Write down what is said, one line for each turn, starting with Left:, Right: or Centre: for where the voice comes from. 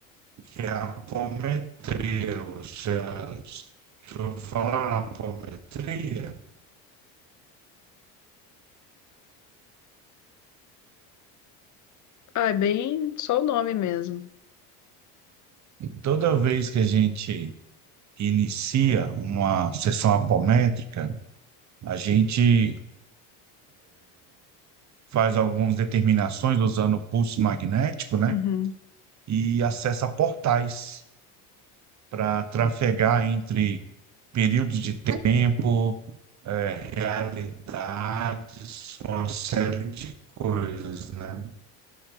Right: que é a apometria. Ou seja, deixa eu falar a apometria.
Left: Ah, é bem só o nome mesmo.
Right: Toda vez que a gente inicia uma sessão apométrica, a gente faz algumas determinações usando o pulso magnético, né?
Left: Uhum.
Right: E acessa portais para trafegar entre períodos de tempo, eh, realidades, uma série de coisas, né?